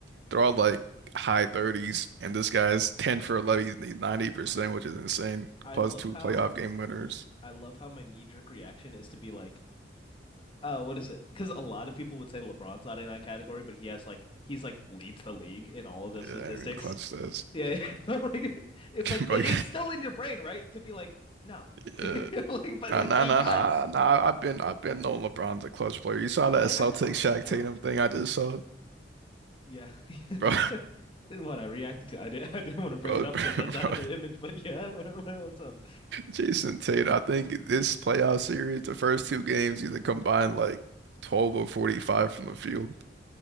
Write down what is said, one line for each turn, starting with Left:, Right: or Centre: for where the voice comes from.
Right: They're all like high 30s, and this guy's 10 for 11. He's 90%, which is insane.
Left: I
Right: Plus
Left: love
Right: two
Left: how
Right: playoff game winners.
Left: I love how my knee-jerk reaction is to be like, uh what is it? Because a lot of people would say LeBron's not in that category, but he has like he's like leads the league in all of the
Right: Yeah,
Left: statistics.
Right: I mean, clutch stats,
Left: Yeah, <laughs> like it's like
Right: <laughs> bro.
Left: it, it's still in your brain, right? To be like no,
Right: Yeah.
Left: <laughs> like but
Right: Nah,
Left: like
Right: nah,
Left: he
Right: nah,
Left: does.
Right: nah, nah. I've been, I've been knowing LeBron's a clutch player. You saw that
Left: I,
Right: Celtics
Left: I know,
Right: Shaq
Left: I know.
Right: Tatum thing I just saw,
Left: Yeah,
Right: bro,
Left: <laughs> what I reacted to, I did <laughs> I didn't
Right: <laughs>
Left: want to bring
Right: bro,
Left: it up
Right: bro,
Left: because that's out
Right: bro.
Left: of the image, but yeah, <laughs> what's up?
Right: Jason Tatum. I think this playoff series, the first two games, either combined like 12 or 45 from the field,